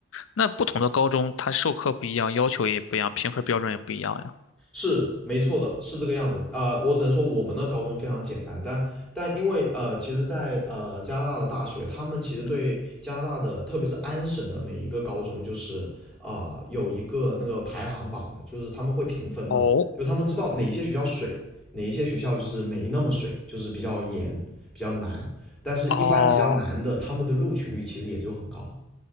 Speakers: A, on the left; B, in the centre.
A: 那不同的高中它授课不一样，要求也不一样，评分标准也不一样呀。
B: 是没错的，是这个样子。呃，我只能说我们的高中非常简单，但但因为呃，其实在，在呃加拿大的大学，他们其实对加拿大的，
A: 嗯，
B: 特别是安省的每一个高中，就是啊、呃有一个那个排行榜的，就是他们会评分的，
A: 哦
B: 就他们知道哪一些学校水，哪一些学校就是没那么水，就是比较严，比较难。但是，
A: 哦。
B: 一般比较难的，他们的录取率其实也就很高。